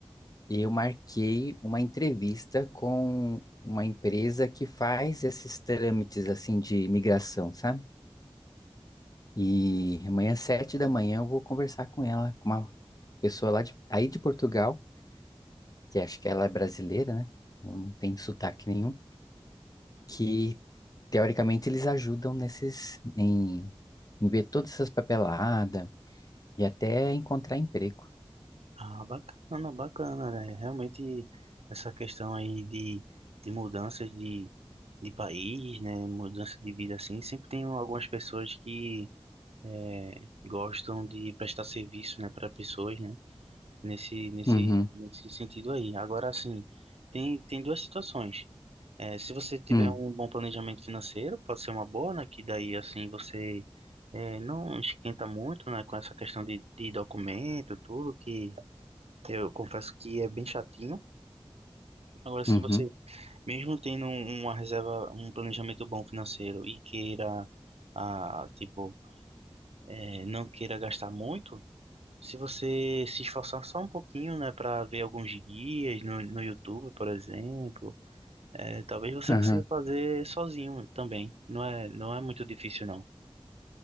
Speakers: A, on the left; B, on the right.
A: Eu marquei uma entrevista com uma empresa que faz esses trâmites assim de imigração, sabe? E amanhã, sete da manhã, eu vou conversar com ela, com uma pessoa lá de, aí de Portugal, que acho que ela é brasileira, né? Ela Não tem sotaque nenhum, que teoricamente eles ajudam nesses, em, em ver todas essas papeladas e até encontrar emprego.
B: Ah, bacana, bacana, né? Realmente, essa questão aí de, de mudanças de, de país, né, mudança de vida assim, sempre tem algumas pessoas que eh, gostam de prestar serviço, né, para pessoas, né, nesse, nesse,
A: Uhum,
B: nesse sentido aí. Agora, assim, tem, tem duas situações. É, se você tiver
A: uhum,
B: um bom planejamento financeiro, pode ser uma boa, né? Que daí, assim, você é, não esquenta muito, né? Com essa questão de, de documento, tudo, que eu confesso que é bem chatinho. Agora, se
A: uhum,
B: você, mesmo tendo um- uma reserva, um planejamento bom financeiro e queira, ah, tipo, é, não queira gastar muito, se você se esforçar só um pouquinho, né? Para ver alguns guias no, no YouTube, por exemplo, É, talvez você
A: uhum.
B: consiga fazer sozinho também. Não é, não é muito difícil, não.